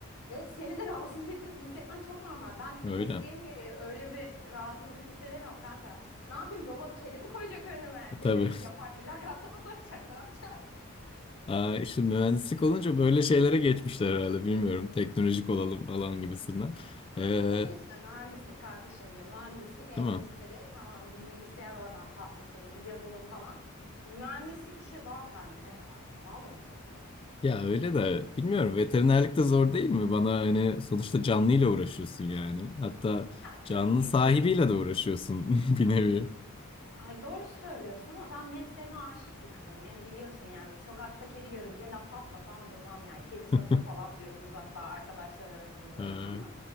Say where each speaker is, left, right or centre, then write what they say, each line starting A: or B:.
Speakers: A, on the left; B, on the left.
A: ve seni de <laughs> rahatsız hissetmen çok normal. Ben
B: Öyle.
A: mesleğim gereği öyle bir rahatsızlık hissedemiyorum kanka. Ne yapayım robot kedi mi koyacak önüme?
B: E, Tabii.
A: Beni yapar mülakata mı sokacak? Ne yapacak?
B: Aa, işte mühendislik olunca böyle şeylere geçmişler herhalde bilmiyorum. Teknolojik olalım falan gibisinden.
A: Ya,
B: Ee,
A: adı üstüne mühendislik kanka şimdi. Mühendislik, endüstri.
B: değil mi?
A: Tamam bir bilgisayar oradan patlatalım. Bir yazılım falan. Mühendislik işi zor kanka ya. Vallahi çok zor.
B: Ya öyle de bilmiyorum veterinerlik de zor değil mi? Bana hani sonuçta canlıyla uğraşıyorsun yani. Hatta
A: Ya kanki
B: canlı sahibiyle
A: ben
B: de uğraşıyorsun <laughs> bir nevi.
A: Ay doğru söylüyorsun ama ben mesleğime aşık bir kızım. Beni biliyorsun yani. Sokakta kedi görünce laf atmadan durmam yani. Kedi sapı
B: <laughs>
A: falan diyordunuz hatta arkadaşlar arasında
B: Ee,
A: bana
B: hı
A: ama